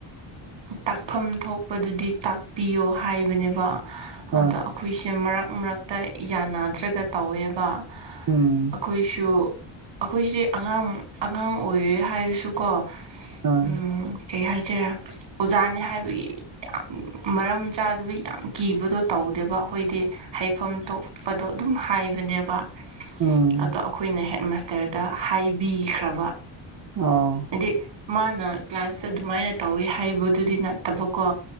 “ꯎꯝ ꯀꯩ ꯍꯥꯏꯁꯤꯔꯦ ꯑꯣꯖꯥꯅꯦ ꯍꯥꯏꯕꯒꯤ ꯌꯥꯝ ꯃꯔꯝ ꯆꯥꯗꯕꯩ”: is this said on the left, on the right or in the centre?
Right